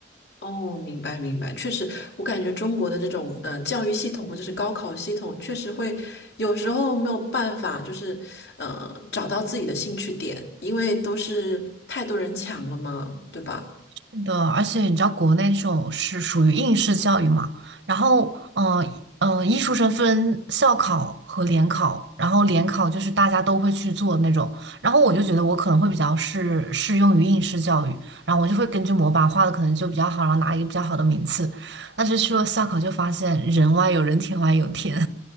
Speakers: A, on the left; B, on the right.
A: 哦，明白明白，确实，我感觉中国的这种嗯、呃教育系统或者是高考系统，确实会有时候没有办法，就是呃找到自己的兴趣点，因为都是太多人抢了嘛，对吧？
B: 是的，而且你知道国内这种是属于应试教育嘛，然后呃呃，艺术生分校考和联考，然后联考就是大家都会去做的那种，然后我就觉得我可能会比较适适用于应试教育，然后我就会根据模板画的可能就比较好，然后拿一个比较好的名次，但是去了校考就发现人外有人，天外有天。